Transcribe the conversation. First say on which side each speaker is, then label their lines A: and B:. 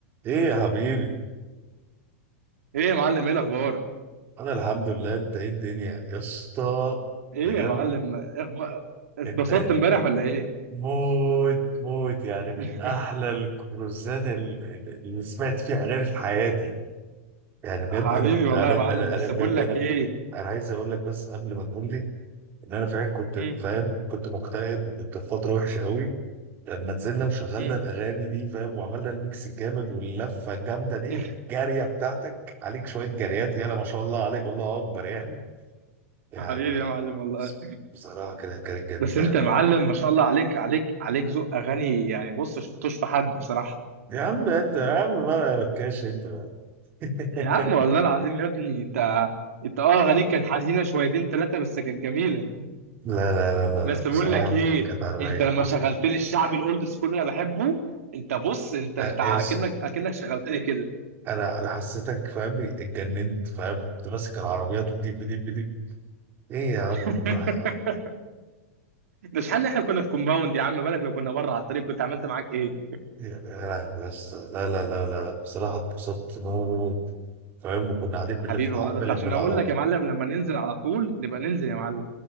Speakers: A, on the right; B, on the right.
A: ايه يا حبيبي
B: ايه يا معلم ايه الاخبار
A: انا الحمد لله انت ايه الدنيا يا اسطى
B: ايه
A: بجد
B: يا معلم إيه اخبار اتبسطت
A: انت
B: امبارح ولا ايه
A: موت موت يعني من
B: <laughs>
A: احلى الكروزات ال- ال- اللي سمعت فيها اغاني في حياتي يعني بجد
B: حبيبي
A: انا
B: والله
A: انا
B: يا معلم
A: انا
B: بس
A: انا بجد
B: بقول لك
A: انا
B: ايه
A: انا عايز اقول لك بس قبل ما تقول لي ان انا فعلا كنت
B: مم،
A: فاهم كنت مكتئب كنت في فتره وحشه قوي لما نزلنا وشغلنا
B: مم.
A: الاغاني دي فاهم وعملنا الميكس الجامد واللفه الجامده دي
B: <laughs>
A: الجاريه بتاعتك عليك شويه جاريات يلا ما شاء الله عليك الله اكبر يعني يعني
B: حبيبي يا معلم والله
A: بس- بصراحة كانت كانت جميلة
B: بس انت
A: أوي
B: يا معلم ما شاء الله عليك عليك عليك ذوق اغاني يعني بص شفتوش في حد بصراحه
A: يا عم انت يا عم بقى يا ركاش انت بقى <laughs>
B: يا عم والله العظيم يا ابني انت انت اه اغانيك كانت حزينه شويتين ثلاثه بس كانت جميله
A: لا لا لا لا,
B: بس
A: لا.
B: بقول
A: بصراحة
B: لك ايه
A: كانت كانت على الرايق
B: انت لما شغلت لي الشعبي الاولد سكول اللي انا بحبه انت بص انت انت
A: آه،
B: اكنك
A: يس
B: اكنك شغلت لي كده
A: أنا أنا حسيتك فاهم اتجننت فاهم كنت ماسك العربيات وديب بديب بديب إيه يا عم
B: <laughs>
A: بالراحة يا عم.
B: ده شحال احنا كنا في كومباوند يا عم بالك لو كنا بره على الطريق كنت عملت معاك ايه
A: يا- يا- بس لا لا لا لا بصراحة اتبسطت موت فاهم وكنا قاعدين بنلف
B: حبيبي
A: الحبة
B: والله بس عشان
A: بالعربية
B: اقول لك يا معلم لما ننزل على طول نبقى ننزل يا معلم